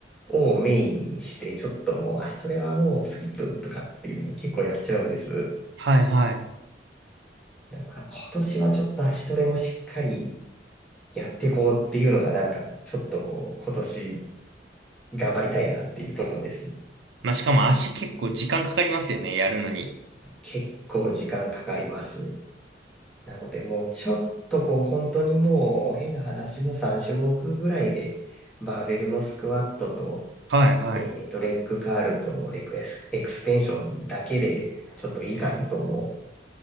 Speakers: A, in the centre; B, on the right.
A: をメインにして、ちょっともう足トレはもうスキップとかっていうの結構やっちゃうんです。
B: はいはい。
A: だから今年はちょっと足トレもしっかりやっていこうっていうのがなんか、ちょっとこう、今年頑張りたいなっていうとこです。
B: まあ、しかも足結構時間かかりますよね、やるのに。
A: 結構時間かかります。なので、もうちょっとこう、本当にもう、変な話も3種目ぐらいで、バーベルのスクワットと、
B: はいはい。
A: えーと、レッグカールとレクエス、エクステンションだけで、ちょっといいかなと思